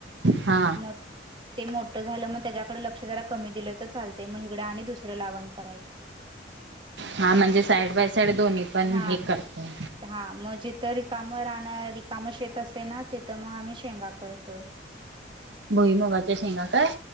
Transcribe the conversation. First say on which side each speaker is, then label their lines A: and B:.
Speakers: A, on the right; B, on the right.
A: हा
B: म ते मोठ झालं मग त्याच्याकडे लक्ष जरा कमी दिलं त चालत म हिगड आणि दुसरंलावण करायचे.
A: हा म्हणजे साईड बाय साईड दोन्ही पण
B: हा
A: हे करते.
B: हा मजे तर रिकाम राहणार रिकाम शेत असते ना, तिथं मग आम्ही शेंगा करतो.
A: भोईमुगाच्या शेंगा काय?